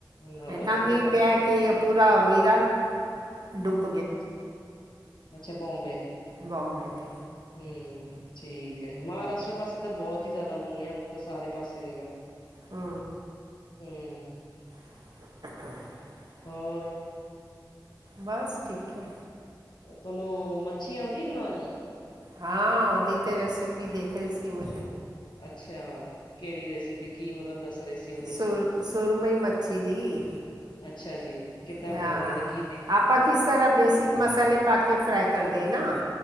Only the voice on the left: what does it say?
ਨਾ
ਇੱਥੇ
ਤਾਂ ਗਰਮੀ
ਅੱਛਾ, ਅੱਛਾ ਬੋਮਬੇ,
ਹੂੰ। ਠੀਕ ਹੈ, ਮਹਾਰਾਸ਼ਟਰ ਪਾਸੇ ਤਾਂ ਬੌਤ ਹੀ ਜਾਦਾ ਮੀਂਹ ਐ, ਤਾਂ ਸਾਰੇ ਪਾਸੇ ਹੇਗਾ।
ਹੂੰ।
ਹੋਰ
ਅ ਤੈਨੂੰ ਮੱਛੀ ਆਂਦੀ ਏ ਬਣਾਣੀ।
ਅੱਛਾ। ਕਿਹੜੀ ਰੇਸਿਪੀ, ਕੀ ਮਤਲਬ ਦੱਸ ਰੇ ਸੀ ਔਦੇ ਚ।
ਅੱਛਾ ਜੀ, ਕਿੱਦਾਂ
ਬਣਾਂਦੇ ਨੇ, ਕੀ ਵੇਖਿਆ?